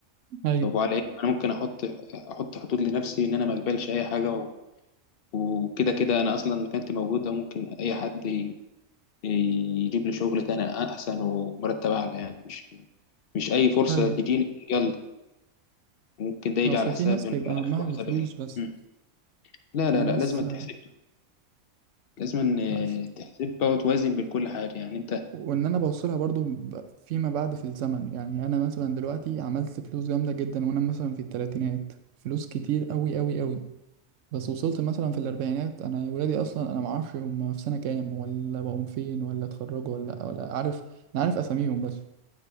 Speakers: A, on the right; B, on the left.
A: ايوه
B: طب وعلى ايه انا ممكن احط احط حدود لنفسي ان انا ما اقبلش اي حاجه و- وكده كده انا اصلا مكانتي موجوده ممكن اي حد ي- يجيب لي شغل تاني احسن ومرتب اعلى يعني مش مش اي فرصه
A: ايوه
B: تجي لي يلا ممكن ده يجي
A: اصل
B: على حسابي
A: في ناس بيبقى
B: انا في الاخر
A: همها
B: وحسابي
A: الفلوس
B: أنا.
A: بس
B: مم. لا
A: في
B: لا
A: ناس
B: لا لازم تحسب لازم
A: بس
B: تحسبها وتوازن بين كل حاجه يعني انت
A: وان انا بوصلها برضو ب- فيما بعد في الزمن يعني انا مثلا دلوقتي عملت فلوس جامده جدا وانا مثلا في الثلاثينات فلوس كتير قوي قوي قوي بس وصلت مثلا في الاربعينات انا ولادي اصلا انا ما اعرفش هم في سنه كام ولا بقوا فين ولا اتخرجوا ولا ولا عارف انا عارف اساميهم بس